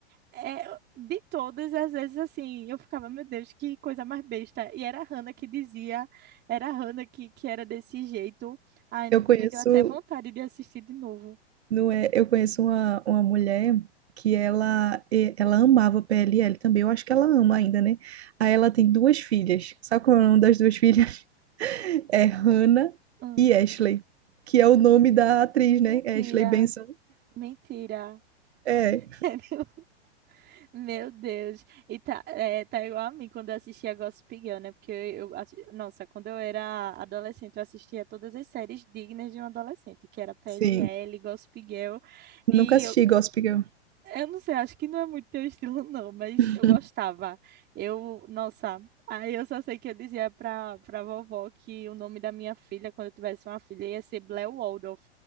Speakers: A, on the right; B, on the right.
A: É, de todas, às vezes, assim, eu ficava, meu Deus, que coisa mais besta. E era a Hannah que dizia, era a Hannah que, que era desse jeito. Ai, me
B: Eu conheço,
A: deu até vontade de assistir de novo.
B: não é, eu conheço uma, uma mulher que ela e- ela amava PLL também, eu acho que ela ama ainda, né? Aí ela tem duas filhas. Sabe qual é o nome das duas filhas? <laughs> É Hannah
A: Ah,
B: e Ashley, que é o nome da atriz, né?
A: mentira,
B: Ashley Benson.
A: mentira.
B: É,
A: <laughs> Sério? Meu Deus. E tá, é, tá igual a mim quando eu assistia Gossip Girl, né? Porque eu, eu assi- nossa, quando eu era adolescente, eu assistia todas as séries dignas de um adolescente, que era PLL,
B: sim.
A: Gossip Girl.
B: Nunca
A: E
B: assisti
A: eu
B: Gossip Girl.
A: Eu não sei, acho que não é muito teu estilo, <laughs> não, mas
B: <laughs>
A: eu gostava. Eu, nossa, aí eu só sei que eu dizia pra, pra vovó que o nome da minha filha, quando eu tivesse uma filha, ia ser Blair Waldorf,